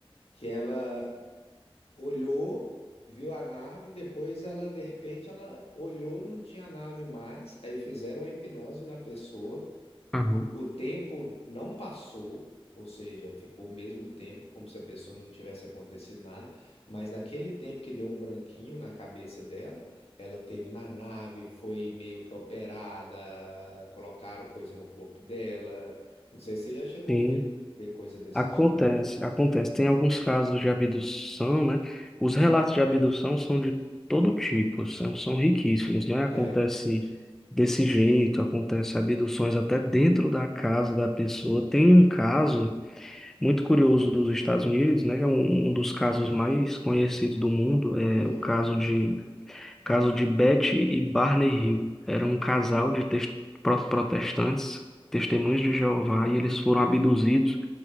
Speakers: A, on the left; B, in the centre.
A: que ela olhou, viu a nave, depois ela de repente ela olhou, não tinha nave mais, aí fizeram a hipnose na pessoa.
B: Aham.
A: O tempo não passou, ou seja, ficou o mesmo tempo, como se a pessoa não tivesse acontecido nada, mas naquele tempo que deu um branquinho na cabeça dela, ela teve na nave, foi meio que operada, colocaram coisa no corpo dela. Não sei se você já chegou
B: Sim.
A: a ver, ver coisa desse
B: Acontece,
A: tipo.
B: acontece. Tem alguns casos de abdução, né? Os relatos de abdução são de todo tipo, são, são riquíssimos, né? Acontece
A: É.
B: desse jeito, acontece abduções até dentro da casa da pessoa. Tem um caso muito curioso dos Estados Unidos, né? Que é um, um dos casos mais conhecidos do mundo, é
A: Hum.
B: o caso de Caso de Betty e Barney Hill. Era um casal
A: Ah.
B: de tes- pro- protestantes, testemunhas de Jeová, e eles foram abduzidos